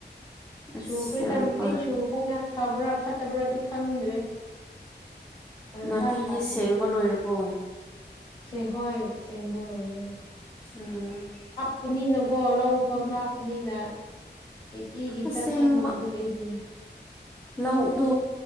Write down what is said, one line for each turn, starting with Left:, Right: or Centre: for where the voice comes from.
Centre: ꯑꯁ
Left: ꯁꯨꯈ꯭ꯔꯦꯗ
Centre: ꯌꯥꯝ
Left: ꯃꯁꯤꯡ
Centre: ꯄꯥ
Left: ꯁꯨꯈ꯭ꯔꯗ ꯐꯕ꯭ꯔꯥ ꯐꯠꯇꯕ꯭ꯔꯥꯗꯤ ꯈꯪꯗ꯭ꯔꯦ ꯄꯪꯊꯥ
Centre: ꯅꯥꯄꯤꯗꯤ
Left: ꯊꯥ
Centre: ꯁꯦꯡꯕ ꯂꯣꯏꯔꯕꯣ
Left: ꯁꯦ ꯍꯣꯏ ꯁꯦꯡꯕ ꯂꯣꯏꯔꯦ
Centre: ꯎꯝ
Left: ꯄꯅꯤꯅꯀꯣ ꯂꯧꯗꯣ ꯂꯥꯞꯄꯅꯤꯅ ꯅꯨꯡꯇꯤꯒꯤ
Centre: ꯑꯁꯦꯡꯕ
Left: ꯆꯠꯄ ꯉꯝꯗꯦ ꯑꯩꯗꯤ
Centre: ꯂꯧꯗꯣ